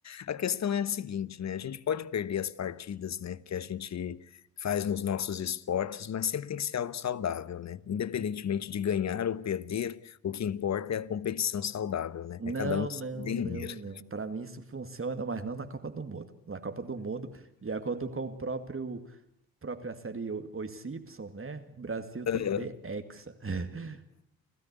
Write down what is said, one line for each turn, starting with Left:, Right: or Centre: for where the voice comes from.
Left: A questão é a seguinte, né? A gente pode perder as partidas, né, que a gente faz nos nossos esportes, mas sempre tem que ser algo saudável, né? Independentemente de ganhar ou perder, o que importa é a competição saudável, né?
Right: Não,
Left: É cada um
Right: não,
Left: se entender.
Right: não, não. Para mim isso funciona, mas não na Copa do Mundo. Na Copa do Mundo, de acordo com o próprio própria série O- Os Simpsons, né? O Brasil
Left: Ah,
Right: tem que ter hexa. <laughs>